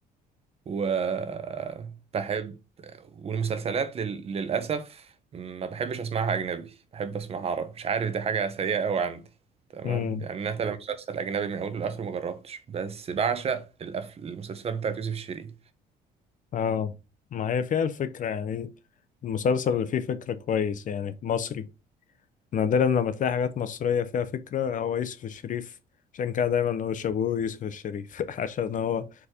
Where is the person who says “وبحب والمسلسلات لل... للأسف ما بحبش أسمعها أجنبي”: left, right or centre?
Right